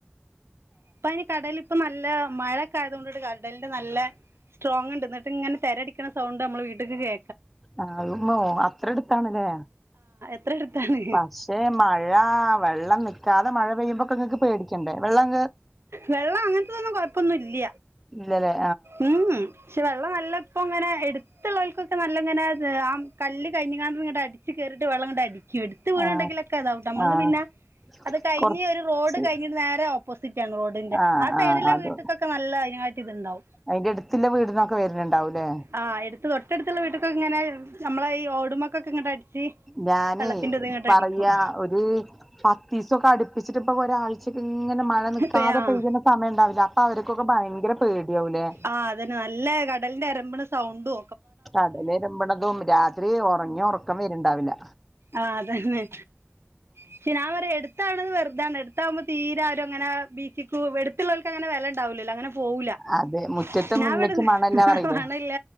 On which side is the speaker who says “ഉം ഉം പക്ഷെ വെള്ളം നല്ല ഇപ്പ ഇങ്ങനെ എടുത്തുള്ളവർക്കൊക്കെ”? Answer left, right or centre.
Right